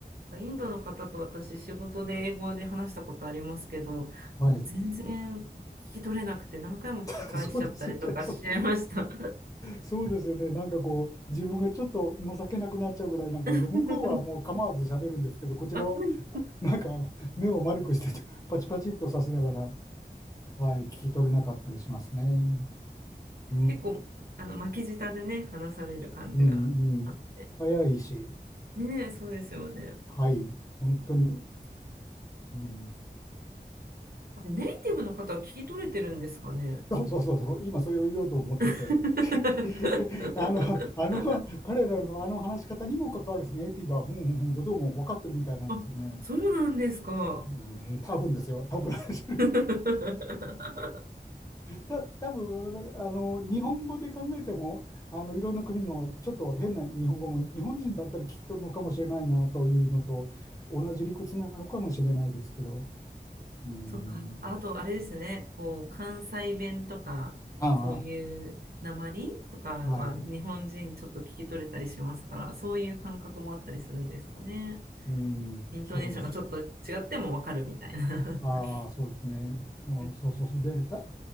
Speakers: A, on the right; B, on the left.
A: インドの方と私、仕事で英語で話したことありますけど、
B: はい。
A: あの全然聞き取れなくて、何回も聞き返しちゃったりとかしちゃいました。
B: <laughs> そうですね。そうそうですよね。なんかこう、自分がちょっと情けなくなっちゃうぐらいなんかで、
A: <laughs>
B: 向こうはもう構わず喋るんですけど、こちらを
A: あ
B: なんか目を丸くして、パチパチっとさせながら、はい、聞き取れなかったりしますね。うん。
A: 結構あの巻き舌でね、話される感じがあって。
B: うん、うん。早いし、
A: ねえ、そうですよね。
B: はい。本当に。うん
A: ネイティブの方は聞き取れてるんですかね。
B: そうそうそうそう、今それを言おうと思ってて、
A: <laughs>
B: <laughs> あの、あの、彼らのあの話し方にも関わるですねネイティブは、ふんふんふんとどうも分かってるみたいなんですよね。
A: あ、そうなんですか。
B: うーん、多分ですよ、多分 <laughs>
A: <laughs>
B: た、多分あの日本語で考えても、あのいろんな国のちょっと変な日本語も日本人だったら聞き取るのかもしれないなというのと同じ理屈なのかもしれないですけど、うーん、
A: そっか。あと、あれですね。こう、関西弁とか、
B: あ
A: そうはいいう訛りとかは日本人ちょっと聞き取れたりしますから、
B: あ、はい、う
A: そういう感覚もあったりするんですかね。
B: ーん、
A: イントネーションがちょっと違ってもわかるみたいな。
B: そうです。ああ、
A: あ
B: そうですね。うんそうそうそう。
A: うん
B: で、た